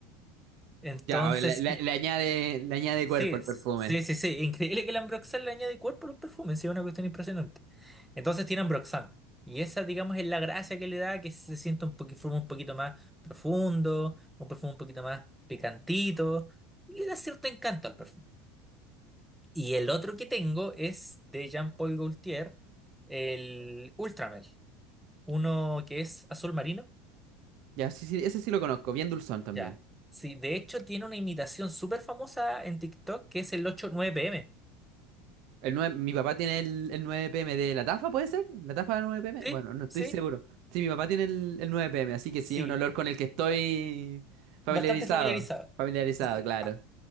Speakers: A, in the centre; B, on the right.
A: Entonces,
B: Ya, a ver, le, le-
A: y,
B: le añade, le añade
A: sí,
B: cuerpo al perfume.
A: sí, sí, sí. Increíble que el Ambroxan le añade cuerpo a los perfumes, sí, es una cuestión impresionante. Entonces tiene Ambroxan. Y esa, digamos, es la gracia que le da, que se siente un poquito, perfume un poquito más profundo, un perfume un poquito más picantito, y le da cierto encanto al perfume. Y el otro que tengo es de Jean-Paul Gaultier, el Ultramel, uno que es azul marino.
B: Ya, sí, sí, ese sí lo conozco, bien dulzón también.
A: Ya. Sí, de hecho tiene una imitación súper famosa en TikTok que es el ocho nueve pm
B: El 9 mi papá tiene el, el 9PM de la Tafa, ¿puede ser? ¿La Tafa de la 9PM?
A: Sí,
B: Bueno, no estoy
A: sí,
B: seguro. Sí, mi papá tiene el, el 9PM, así que sí,
A: sí,
B: es un olor con el que estoy familiarizado.
A: bastante familiarizado.
B: Familiarizado,
A: Sí.
B: claro.